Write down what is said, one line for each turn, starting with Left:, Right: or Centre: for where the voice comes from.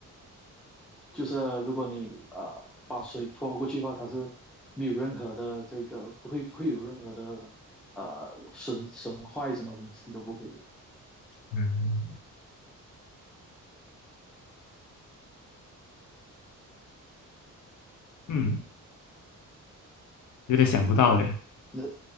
Centre: 就是如果你呃把水泼过去的话，它是没有任何的这个不会不会有任何的呃损损坏什么东西都不会有。
Left: 嗯嗯，有点想不到诶。
Centre: 那